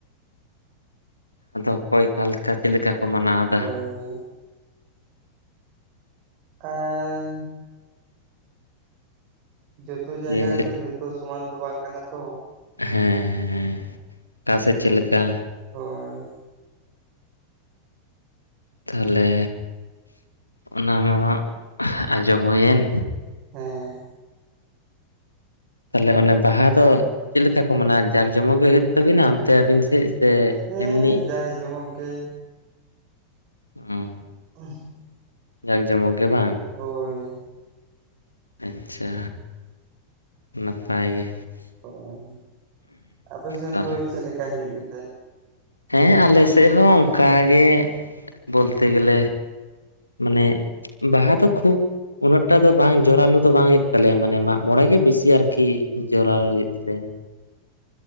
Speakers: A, on the left; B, on the right.
A: ᱟᱫᱚ ᱚᱠᱚᱭ ᱚᱠᱟ ᱞᱮᱠᱟ ᱪᱮᱫ ᱞᱮᱠᱟ ᱠᱚ ᱢᱟᱱᱟᱣ ᱫᱟ᱾
B: ᱦᱮᱸ᱾ ᱟᱨ ᱡᱚᱛᱚ ᱡᱟᱭᱜᱟ
A: ᱡᱮᱞᱮ
B: ᱨᱮ ᱛᱚ ᱡᱚ ᱛᱚ ᱥᱚᱢᱟᱱ ᱫᱚ ᱵᱟᱝ ᱠᱟᱱᱟ ᱛᱚ᱾
A: ᱦᱮᱸ ᱦᱮᱸ ᱚᱠᱟ ᱥᱮᱫ ᱪᱮᱫ ᱞᱮᱠᱟ
B: ᱦᱳᱭ
A: ᱛᱟᱦᱚᱞᱮ ᱚᱱᱟ ᱢᱟᱦᱟᱸᱜ ᱟᱸᱡᱚᱢ ᱦᱩᱭᱮᱱ,
B: ᱦᱮᱸ᱾
A: ᱛᱟᱦᱚᱞᱮ ᱚᱱᱮ ᱵᱟᱦᱟ ᱫᱚ ᱪᱮᱫ ᱞᱮᱠᱟ ᱠᱚ ᱢᱟᱱᱟᱣᱟ, ᱡᱟᱠᱼᱡᱚᱢᱚᱠ ᱜᱮ ᱦᱩᱭᱩᱜ ᱛᱟᱵᱤᱱᱟ ᱚᱱᱛᱮ ᱟᱵᱤᱱ ᱥᱮᱫ? ᱥᱮ
B: ᱦᱮᱸ
A: ᱮᱢᱱᱤ
B: ᱡᱟᱭ ᱡᱚᱢᱚᱠ ᱜᱮ
A: ᱚᱸ᱾
B: <inaudible>
A: ᱡᱟᱠᱼᱡᱚᱢᱚᱠ ᱜᱮ ᱵᱟᱝ?
B: ᱦᱳᱭ᱾
A: ᱟᱪᱪᱷᱟ᱾ ᱱᱟᱯᱟᱭ ᱜᱮ᱾
B: ᱦᱳᱭ, ᱟᱯᱮ ᱥᱮᱱ
A: ᱛᱟᱦᱚᱞᱮ
B: ᱫᱚ ᱪᱮᱫ ᱞᱮᱠᱟ ᱦᱩᱭᱩᱜ ᱜᱮᱛᱮ?
A: ᱦᱮᱸ ᱟᱞᱮ ᱥᱮᱫ ᱦᱚᱸ ᱚᱱᱠᱟ ᱜᱮ᱾ ᱵᱚᱛᱮ ᱜᱮᱞ ᱢᱟᱱᱮ ᱵᱟᱦᱟ ᱫᱚ ᱠᱷᱩᱵᱽ ᱩᱱᱟᱹᱜ ᱴᱟ ᱫᱚ ᱵᱟᱝ ᱡᱚᱨᱟᱞᱳ ᱫᱚ ᱵᱟᱝ ᱦᱩᱭᱩᱜ ᱛᱟᱞᱮᱭᱟ ᱢᱟᱱᱮ ᱢᱟᱜᱽ ᱢᱚᱬᱮ ᱜᱮ ᱵᱮᱥᱤ ᱟᱨᱠᱤ ᱡᱚᱨᱟᱞᱳ ᱦᱩᱭᱩᱜ ᱛᱟᱭᱟ᱾